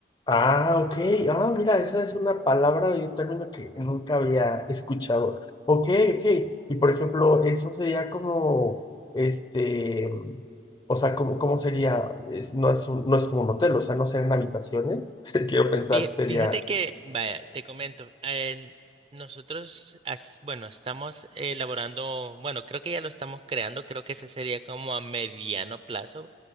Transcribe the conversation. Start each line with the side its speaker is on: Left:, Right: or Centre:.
Left: Ah, ok. Ah, mira, esa es una palabra y un término que nunca había escuchado. Ok, ok. Y por ejemplo, eso sería como, este, o sea, como, ¿cómo sería? Es- no es un- no es como un hotel, o sea, no serían habitaciones. <laughs> Quiero pensar,
Right: Fí-
Left: sería,
Right: Fíjate que, vaya, te comento, eh, nosotros, as- bueno, estamos elaborando, bueno, creo que ya lo estamos creando, creo que ese sería como a mediano plazo.